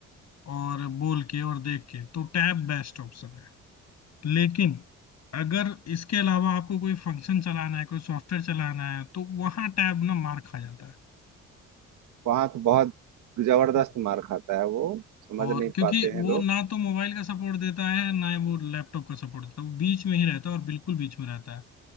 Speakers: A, on the left; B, on the right.
A: और बोल के और देख के तो टैब बेस्ट ऑप्शन है लेकिन अगर इसके अलावा आपको कोई फंक्शन चलाना है कोई सॉफ्टवेयर चलाना है तो वहां टैब ना मार खा जाता
B: वहां तो बहुत जबरदस्त
A: है
B: मार खाता है वो समझ
A: और
B: नहीं
A: क्योंकि
B: पाते
A: वो
B: हैं लोग
A: ना तो मोबाइल का सपोर्ट देता है ना ही वो लैपटॉप का सपोर्ट देता है वो बीच में ही रहता है और बिल्कुल बीच में रहता है